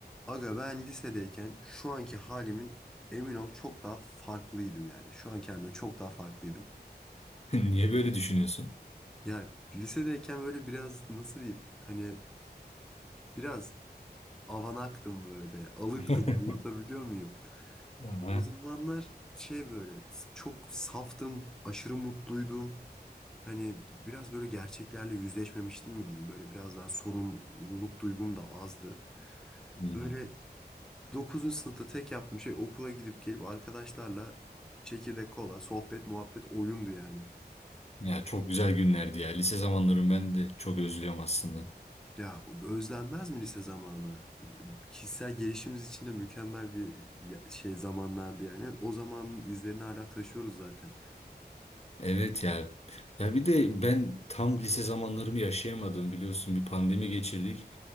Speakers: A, in the centre; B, on the left.
A: Aga ben lisedeyken şu anki halimin emin ol çok daha farklıydım yani. Şu an kendimden çok daha farklıydım.
B: <laughs> Niye böyle düşünüyorsun?
A: Ya lisedeyken böyle biraz nasıl diyeyim? Hani biraz avanaktım böyle. Alıktım
B: <laughs>
A: anlatabiliyor muyum?
B: Aha.
A: O zamanlar şey böyle çok saftım, aşırı mutluydum. Hani biraz böyle gerçeklerle yüzleşmemiştim mi diyeyim. Böyle biraz daha sorumluluk duygum da azdı.
B: Hmm.
A: Böyle 9. sınıfta tek yaptığım şey okula gidip gelip arkadaşlarla çekirdek kola, sohbet, muhabbet, oyundu yani.
B: Ya çok güzel günlerdi ya. Lise zamanlarımı ben de çok özlüyorum aslında.
A: Ya özlenmez mi lise zamanı? Kişisel gelişimimiz için de mükemmel bir ya- şey zamanlardı yani. O zamanın izlerini hala taşıyoruz zaten.
B: Evet ya. Ya bir de ben tam lise zamanlarımı yaşayamadım biliyorsun bir pandemi geçirdik.